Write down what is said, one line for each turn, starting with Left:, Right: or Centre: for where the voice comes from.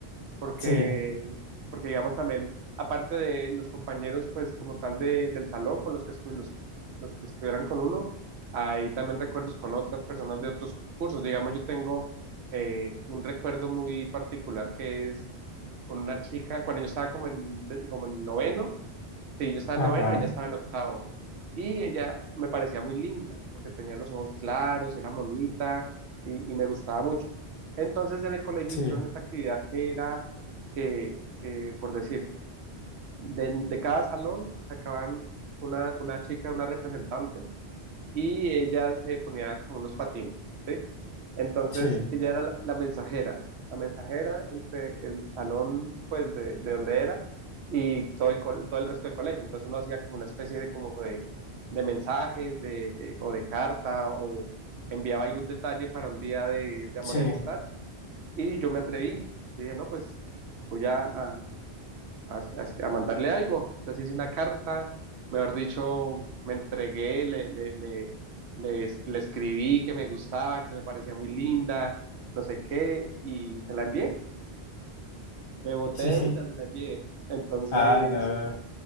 Right: Porque,
Left: Sí,
Right: porque digamos también, aparte de los compañeros, pues como tal de, del salón con los que, estu- los, los que estuvieran con uno, hay también recuerdos con otras personas de otros cursos. Digamos, yo tengo eh, un recuerdo muy particular que es con una chica, cuando yo estaba como en, como en noveno, Sí, yo estaba
Left: ajá,
Right: en noveno, ella estaba en octavo. Y ella me parecía muy linda, porque tenía los ojos claros, era bonita y, y me gustaba mucho. Entonces en el colegio
Left: sí,
Right: hicieron esta actividad que era que, que por decir, de, de cada salón sacaban una, una chica, una representante, y ella se ponía como unos patines. ¿sí? Entonces
Left: sí,
Right: ella era la, la mensajera, la mensajera entre el salón, pues, de, de donde era y todo el, co- todo el resto del colegio. Entonces uno hacía como una especie de, como de, de mensajes de, de- o de carta o enviaba algún detalle para un día de, de amor
Left: sí,
Right: y amistad. Y yo me atreví, dije, no, pues voy a, a a, a- a mandarle algo. Entonces hice una carta, mejor dicho, me entregué, le, le, le, le, le escribí que me gustaba, que me parecía muy linda, no sé qué, y se la envié. Me boté
Left: sí,
Right: de
Left: sí.
Right: una, se la envié. Entonces,
Left: ah, no,